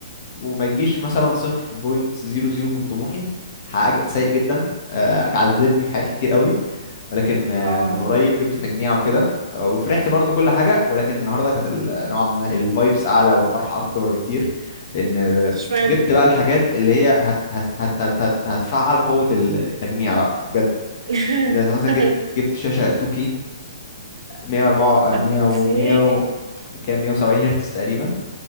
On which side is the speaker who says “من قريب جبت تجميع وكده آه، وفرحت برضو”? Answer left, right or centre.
Left